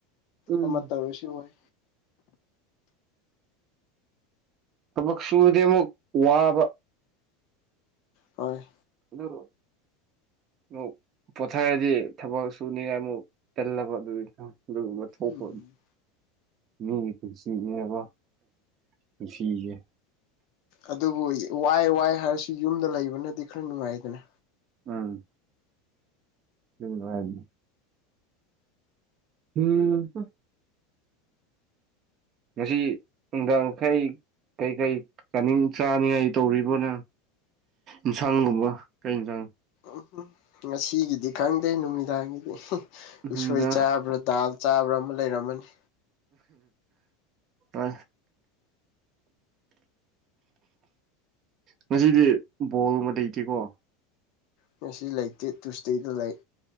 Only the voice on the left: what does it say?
ꯑꯃ ꯇꯧꯔꯁꯨ ꯋꯥꯏ
ꯍꯣꯏ
ꯎꯝ
ꯑꯗꯨꯕꯨ ꯋꯥꯏ ꯋꯥꯏ ꯍꯥꯏꯔꯁꯨ ꯌꯨꯝꯗ ꯂꯩꯕꯅꯗꯤ ꯈꯔ ꯅꯨꯡꯉꯥꯏꯗꯅ
ꯎꯝ ꯉꯁꯤꯒꯤꯗꯤ ꯈꯪꯗꯦ ꯅꯨꯃꯤꯗꯥꯡꯒꯤꯗꯤ
ꯎꯁꯣꯏ ꯆꯥꯕ꯭ꯔꯥ ꯗꯥꯜ ꯆꯥꯕ꯭ꯔꯥ ꯑꯃ ꯂꯩꯔꯝꯃꯅꯤ
ꯉꯁꯤ ꯂꯩꯇꯦ ꯇꯨꯁꯗꯦꯗ ꯂꯩ